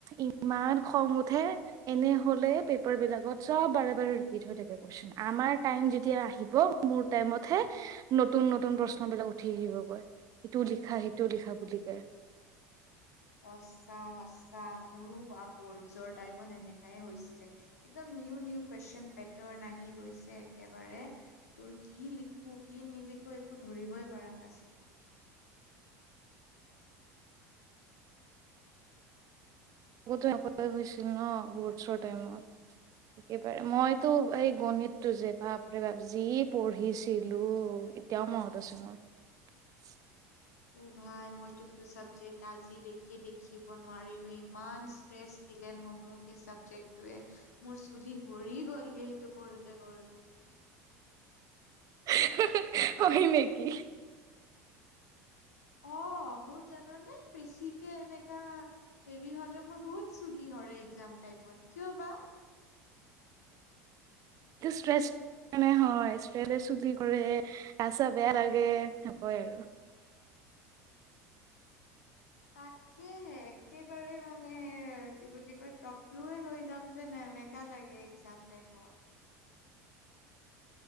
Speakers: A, on the right; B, on the left.
A: ইমান খং উঠে এনে হ'লে পেপাৰ বিলাকত চব বাৰে, বাৰে ৰিপিট হৈ থাকে কোৱেচন। আমাৰ টাইম যেতিয়া আহিব, মোৰ টাইমত হে নতুন, নতুন প্ৰশ্নবিলাক উঠি আহিব গৈ, ইটো লিখা, সিটো লিখা বুলি কয়।
B: সঁচা, সঁচা মোৰো বৰ্ডজৰ টাইমত এনেকাই হৈছিলে। একদম নিউ, নিউ কুৱেচন পেটাৰ্ণ আহি গৈছে একেবাৰে। তোৰ কি লিখো, কি নিলিখো একো ধৰিবই পৰা নাছিলোঁ।
A: আগতো এনেকুৱাই হৈছিল ন' বৰ্ডছৰ টাইমত! একেবাৰে মইতো এই গণিতটো যে বাপৰে বাপ, যি পঢ়িছিলোঁ। এতিয়াও মনত আছে মোৰ। <inaudible>
B: অ', ভাই মইতো সেইটো চাবজেক্ট আজিলৈকে দেখিব নোৱাৰিলো, ইমান ষ্ট্ৰেছ। দিলে ন' মোক সেই চাবজেক্টোয়ে। মোৰ চুলি সৰি গ'লগে সেইটো পঢ়োতে, পঢ়োতে।
A: <unintelligible> হয় নেকি?
B: অ', মোৰ জানানে বেছিকে এনেকা হেৰি হ'লে মোৰ বহুত চুলি সৰে একজাম টাইমত। কিয় বা?
A: এইটো ষ্ট্ৰেছ <unintelligible> হয়, স্প্ৰেলে চুলি কৰে গা চা বেয়া লাগে <unintelligible> আৰু।
B: তা কেহে একেবাৰে মানে, কি বুলি কয় টকলোয়ে হৈ যাম যেন এনেকা লাগে একজাম টাইমত।